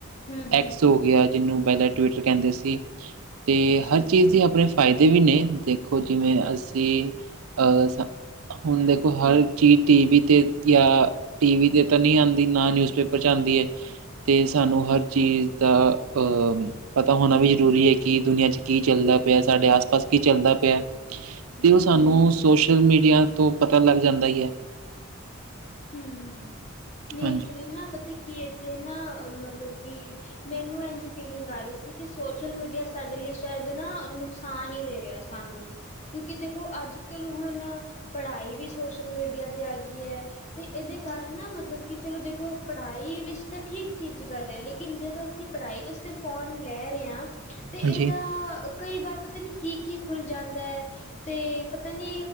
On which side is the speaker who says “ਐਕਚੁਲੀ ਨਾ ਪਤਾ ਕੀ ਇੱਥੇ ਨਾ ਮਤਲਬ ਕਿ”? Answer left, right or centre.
Left